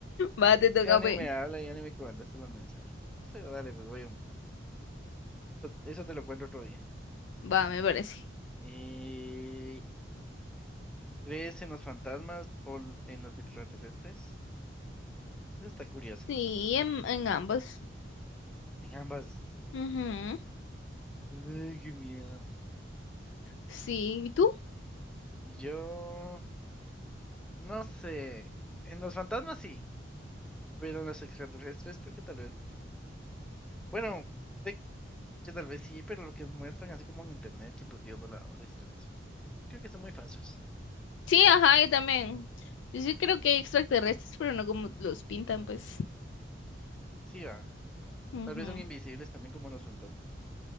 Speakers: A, on the left; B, in the centre.
A: Va, te toca,
B: Ya ni
A: pues.
B: me habla, ya ni me contesta los mensajes, ¿no? Pero dale, pues voy. Eso te lo cuento otro día.
A: Va, me parece.
B: Eh, ¿Crees en los fantasmas o l- en los extraterrestres? Esa está curiosa.
A: Sí, en, en ambos.
B: En ambas.
A: Ujú.
B: Ay, qué miedo.
A: Sí, ¿y tú?
B: Yo no sé. En los fantasmas sí, pero en los extraterrestres creo que tal vez. Bueno, sé que tal vez sí, pero lo que muestran así como en internet, que platillos voladores y todo eso. Creo que son muy falsos.
A: Sí, ajá, yo también. Yo sí creo que hay extraterrestres, pero no como los pintan, pues.
B: Sí, va.
A: Ujú.
B: Tal vez son invisibles también como los fantasmas.